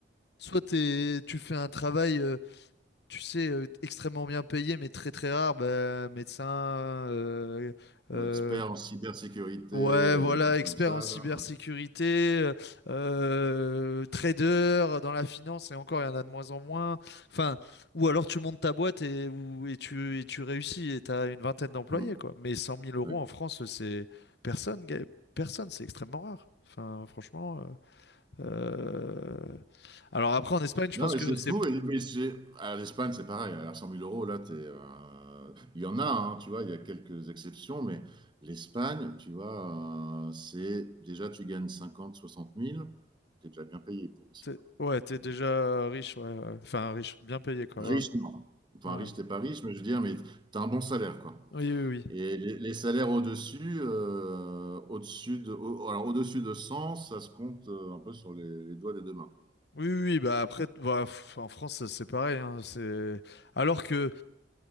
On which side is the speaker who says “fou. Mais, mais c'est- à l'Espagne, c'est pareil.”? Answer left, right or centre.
Right